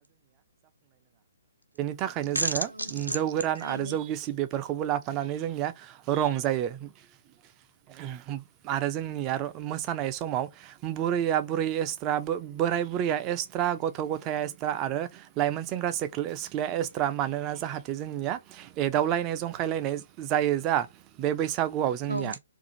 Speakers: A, on the right (about 20°); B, on the right (about 85°).
A: थाखायनो जोङो
B: औ नंगौ
A: जौ गोरान
B: थारैनो
A: आरो जौ जोंनिया रंजायो ओहोम आरो जोंनिया मोसायो समाव बुरैया बुरै एक्सट्रा बो बोराय बुरैया एक्सट्रा गथ' गथाया एक्सट्रा आरो लाइमोन सेंग्रा सि सिख्लाया एक्सट्रा मानोना जाहाथे जोंनिया एदावलायनाय जंखायलायनाय जायो दा बे बैसो बैसागुआव जोंनिया
B: औ